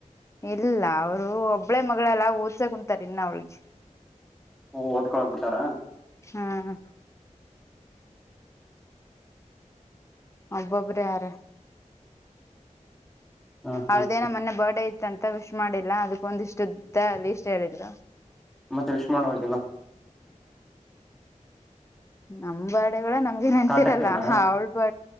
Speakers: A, on the left; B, in the centre.
A: ಇಲ್ಲ ಅವ್ರು ಒಬ್ಳೆ ಮಗಳೆಲ್ಲ ಓದ್ಸ ಕುಂಂತಾರ ಇನ್ನ ಅವಳಿಗೆ
B: ಓಓದಕ ಹೋಗ್ಬ ಬಿಿಾರಾ
A: ಹಾ ಒಬ್ಬೊಬ್ ಯಾರ
B: ಹ್ಮ್ ಹ್ಮ್
A: ಅವ್ರದೇ ನ ಮೊನೆೆ ಬರ್ಡೇ ಇತ್ತಂತ ವಿಶ್ ಮಾಡಿಲ್ಲ ಅದಕ್ಕ ಒಂದ ಇಷ್ಟು್ದ ಅಲ್ಲಿ ಇಷ್ಟ ಹೇಳಿದು
B: ಮತ್ತೆ ಯಷ್ಮಣವಾಗಿಲ್ಲ
A: ನಮ್ ಬಾಡೆಗಳ ನಮ್ಗೆ ನೆನ್ಪಿರಲ್ಲ
B: ಕಾಂಟ್ಯಾಕ್ಟ್ ಇಲ್ಲ
A: ಅವಳ ಬಾ